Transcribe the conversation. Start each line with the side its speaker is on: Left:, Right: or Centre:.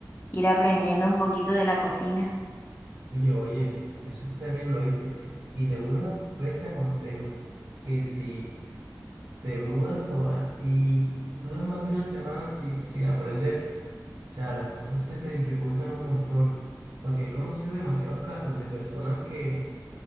Left: ir aprendiendo un poquito de la cocina?
Right: Oye, oye, eso es terrible, ¿oíste? Y de una vez te aconsejo que si te mudas sola y duras más de una semana sin, sin aprender, o sea, las cosas se te dificultan un montón, porque he conocido demasiados casos de personas que